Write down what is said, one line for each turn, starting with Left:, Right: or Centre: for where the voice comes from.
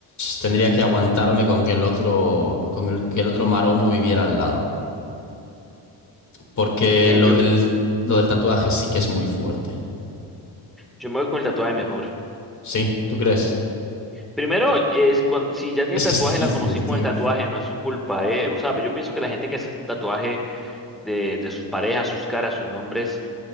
Left: tendría que aguantarme con que el otro. Con el- que el otro maromo viviera al lado. Porque
Centre: Men,
Left: lo
Centre: yo,
Left: del, lo del tatuaje sí que es muy fuerte.
Centre: yo me voy con el tatuaje mejor.
Left: Sí, ¿tú crees?
Centre: Primero, es cuando, si ya tiene
Left: Es
Centre: el tatuaje,
Left: que es difícil,
Centre: la conocí con
Left: tío.
Centre: el tatuaje, no es su culpa, ¿eh? O sea, yo pienso que la gente que hace el tatuaje de, de sus parejas, sus caras, sus nombres,